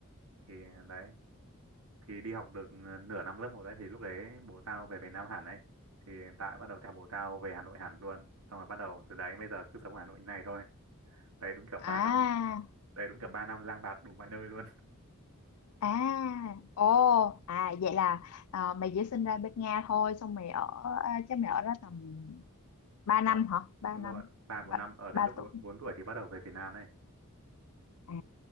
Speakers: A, on the right; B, on the left.
A: thì à, đấy thì đi học được ờ, nửa năm lớp một đấy thì lúc đấy bố tao về Việt Nam hẳn đấy thì tao bắt đầu theo bố tao về Hà Nội hẳn luôn xong rồi bắt đầu từ đấy bây giờ cứ sống ở Hà Nội như này thôi đấy đúng kiểu ba
B: à
A: năm
B: à
A: đấy đúng kiểu ba năm lang bạt đủ mọi nơi luôn <laughs>
B: à ô à vậy là ờ, mày chỉ sinh ra bên Nga thôi xong mày ở à, chắc mày ở đó tầm 3
A: Ờ,
B: năm hả ba
A: đúng
B: năm
A: rồi ba bốn
B: ba,
A: năm ở đến
B: ba
A: lúc bốn
B: tuổi
A: bốn tuổi thì bắt đầu về Việt Nam này,
B: à